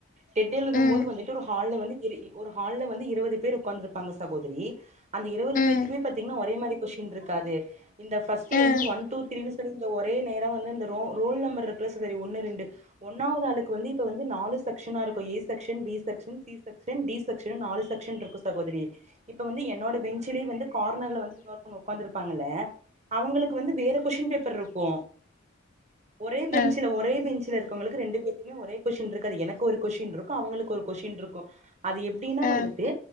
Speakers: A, on the right (about 35°); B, on the left (about 40°).
A: டெட் எழுதும்
B: ம்
A: போது வந்துட்டு ஒரு ஹால்ல வந்து இரு ஒரு ஹால்ல வந்து இருவது பேர் உக்காந்துருப்பாங்க சகோதிரி அந்த இருவது
B: ம்
A: பேத்துக்குமே பாத்தீங்கன்னா ஒரே மாரி கொஸ்டின் இருக்காது இந்த ஃபர்ஸ்ட்
B: ம்
A: வந்து ஒன் டூ த்ரீ நீங்க ஒரே நேரா வந்து இந்த ரோ ரோல் நம்பர் இருக்குல சகோதரி ஒன்னு ரெண்டு ஒன்னாவது ஆளுக்கு வந்து இப்ப வந்து நாலு செக்ஷனா இருக்கு A section B section C section then D section நாலு செக்ஷன் இருக்கு சகோதரி இப்ப வந்து என்னோட பெஞ்ச்லே வந்து கார்னர்ல வந்து இன்னொருத்தவங்க உக்காந்துருப்பாங்கல்ல அவுங்களுக்கு வந்து வேற கொஸ்டின் பேப் <unintelligible> ருக்கு ஒரே பெஞ்ச்சுல
B: ம்
A: ஒரே பெஞ்ச்சுல உங்களுக்கு ரெண்டு பேருத்துக்குமே ஒரே கொஷ்டின் இருக்காது எனக்கு ஒரு கொஷ்டின் இருக்கு அவ்ங்களுக்கு ஒரு கொஷ்டின் இருக்கு அது எப்டின்னா
B: ம்
A: வந்துட்டு